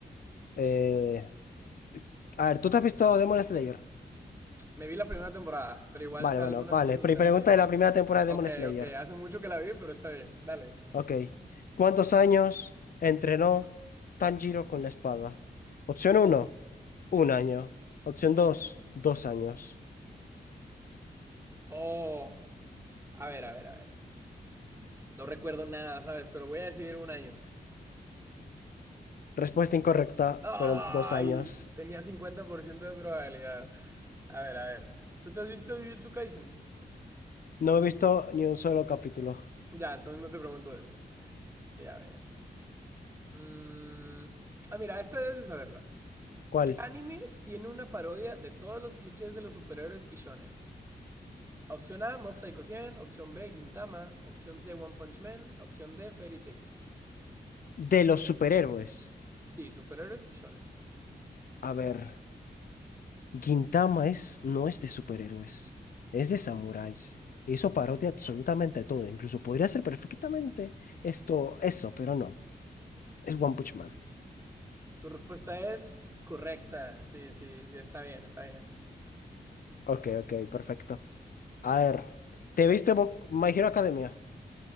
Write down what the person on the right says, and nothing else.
Me vi la primera temporada, pero igual
sé algunas
cositas
ahí.
Ok,
ok, hace mucho que la vi, pero está bien. Dale.
Oh, a ver, a ver, a ver. No recuerdo nada, ¿sabes? Pero voy a decir un año.
Ay,
tenía 50% de probabilidad. A ver, a ver. ¿Tú te has visto Jujutsu Kaisen?
Ya, entonces no te pregunto eso. Y a ver. mm, Ah, mira, esta debes de saberla.
¿Qué anime tiene una parodia de todos los clichés de los superhéroes y shonen? Opción A, Mob Psycho 100. Opción B, Gintama. Opción C, One Punch Man. Opción D, Fairy Tail.
Sí, superhéroes y shonen.
Tu respuesta es correcta. Sí, sí, sí, está bien, está bien.